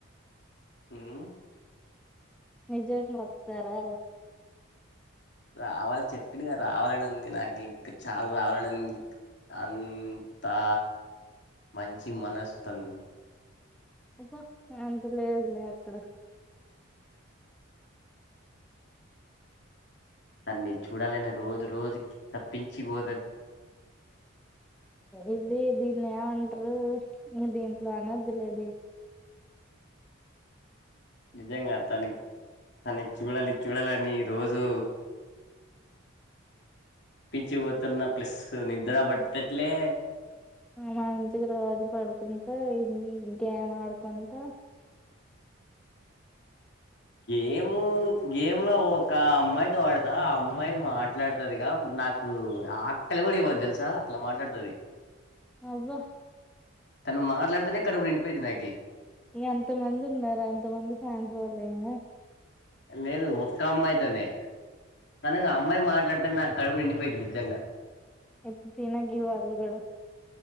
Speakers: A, on the left; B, in the centre.
A: మ్
B: నిజంగా వత్తరా
A: రావాలి చెప్పినగా రావాలని ఉంది నాకు ఇంకా చాలా రావాలని ఉంది అంతా మంచి మనసుతనది
B: అబ్బ్ అంతలేదు లే అక్కడ
A: దాన్ని చూడాలని రోజు రోజుకి తప్పించి పో
B: ఏందీ దీన్ని ఎమన్ రు దీంట్లో అనోద్దులే అది
A: నిజంగా తనక్ తనకి చూడాలి చూడాలీ అని రోజు తప్పించిపోతున్న ప్లస్ నిద్ర పట్టట్లే
B: మంచిగా రోజు పడుకుంట గేమ్ ఆడుకుంట
A: గేము గేమ్ లో ఒక అమ్మాయితో అడుత ఆ అమ్మాయి మాట్లాడుతదిగా నాకు ఆ అక్కలి కూడా ఏవ్వద్దు తెలుసా అట్లా మాట్లాడుతది
B: అవ్వ
A: తను మాట్లాడితేనే కడుపు నిండిపోయింది నాకి
B: ఇగ అంత మంది ఉన్నారు అంత మంది ఫ్యాన్ ఫాలో ఇంగ
A: లేదు ఒక్క అమ్మాయితోనే కని అమ్మాయి మాట్లాడు నాకు కడపు నిండి పోఇద్ధి నిజంగ
B: ఏప్ తిన గివ్ ఆలుగడ